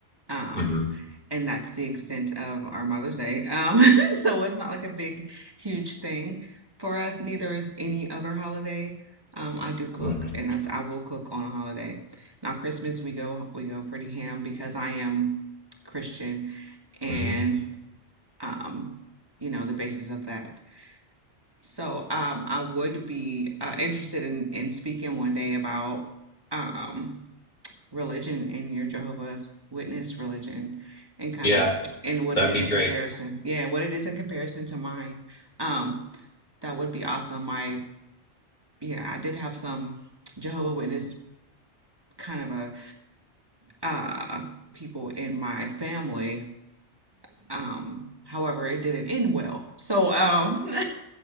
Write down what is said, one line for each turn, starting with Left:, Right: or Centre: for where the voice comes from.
Right: Um,
Left: hmm
Right: and that's the extent of our Mother's Day. Um, <laughs> so it's not like a big, huge thing for us. Neither is any other holiday. Um, I do cook
Left: hmm
Right: and I, I will cook on a holiday. Now Christmas we go we go pretty ham because I am Christian and
Left: hmm
Right: um, you know, the basis of that. So um I would be uh, interested in in speaking one day about um religion and your Jehovah's Witness religion and kind
Left: Yeah,
Right: of and what
Left: that'd
Right: it is
Left: be
Right: in
Left: great.
Right: comparison. Yeah, what it is in comparison to mine. Um, that would be awesome. My yeah, I did have some Jehovah Witness kind of a uh people in my family. Um, however, it didn't end well. So um <laughs>